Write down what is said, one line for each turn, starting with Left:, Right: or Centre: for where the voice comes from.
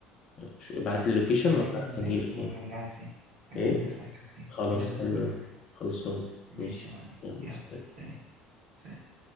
Left: شو- ابعت لي لوكيشن
Right: انا
Left: وانا
Right: هكلم الناس
Left: هجيلك
Right: وهرجع
Left: يعني
Right: لك تاني هكلم
Left: ايه
Right: الناس وهرجع لك تاني
Left: خلاص
Right: هكلم الناس
Left: حلو
Right: وهرجع
Left: ده
Right: لك تاني
Left: خلصان
Right: ماشي
Left: ماشي
Right: يا معلم
Left: يلا
Right: يلا
Left: سلام
Right: سلام سلام